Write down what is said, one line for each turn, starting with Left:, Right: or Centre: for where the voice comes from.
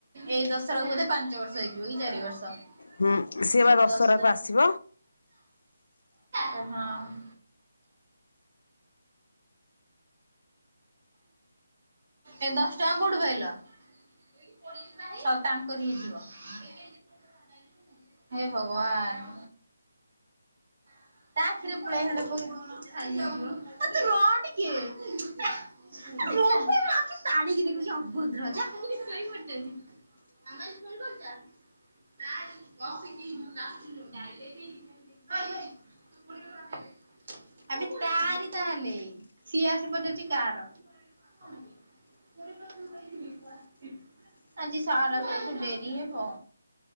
Right: ଏଇ ଦ ଦଶରାକୁ ବୋଧେ ପାଞ୍ଚ ବର୍ଷ ହେଇଯିବ, କି ଚାରି ବର୍ଷ।
Left: ହୁଁ
Right: <inaudible>
Left: ସିଏ ବା ଦଶହରାକୁ
Right: ଦସ୍
Left: ଆସିବ।
Right: ଟା ହଁ ଏ ଦଶ୍ ଟଙ୍କା କଉଠୁ ପାଇଲ? ଛ, ତାଙ୍କରି ହେଇଥିବ। ହେ ଭଗବାନ୍! <inaudible> <unintelligible> <inaudible> <unintelligible> <unintelligible> ଆବେ ତାରି ତା ହେଲେ, ସିଏ ଆସି ପଚାରୁଚି କାଆର। <unintelligible> ଆଜି ସାର୍ ଆସୁ ଆସୁ ଡେରି ହେବ।